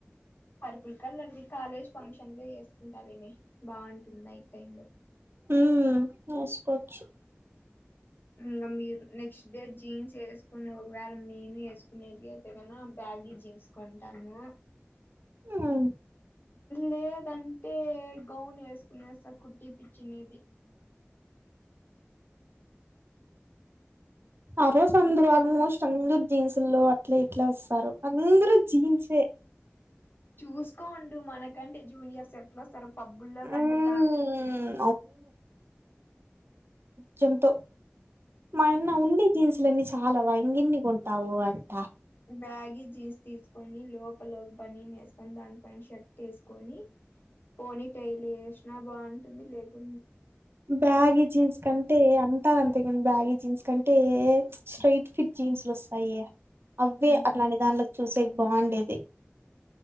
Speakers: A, on the left; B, on the right.
A: పర్పుల్ కలర్ది కాలేజ్ ఫంక్షన్ లో వేసుకుంటాలేమే బాగుంటుంది నైట్ టైం లో
B: హ వసుకోచ్చు
A: ఇంకా మీరు నెక్స్ట్ డే జీన్స్ వేసుకొని, ఒకవేళ నేను వేసుకునేట్యితే కన బ్యాగ్ జీన్స్ కొంటాను.
B: ఆ
A: లేదంటే గౌన్ వేసుకునే సా కుటీ పిచ్చినది.
B: ఆ రోజ అందరు ఆల్మోస్ట్ అందరు జీన్సు లో ఇట్లా ఇట్లా వస్తారు అందరు జీన్సే
A: చూసుకోండు మనకంటే జూనియర్ స ఎట్లుస్తారు. పబ్బుల్లో కంటే
B: ఉమ్,
A: ద
B: చెంతో మా అన్న ఉండి జీన్స్లని చాలావ ఇంకెన్ని కొంటావు అంట
A: బ్యాగీ జీన్స్ తీసుకొని లోప బనిన్ వేసుకొని, దాని పైన షర్ట్ వేసుకొని, పోనీ టైల్ వేసినా బాగుంటుంది. లెగు
B: బ్యాగి జీన్స్ కంటే అంటార అంతేగానీ బ్యాగి జీన్స్ కంటే స్టైట్ ఫిట్ జీన్స్లు వస్తాయి. అవే
A: మ్మ్
B: అట్లాంటి దానిట్లో కి చూసేక బాగుండేది.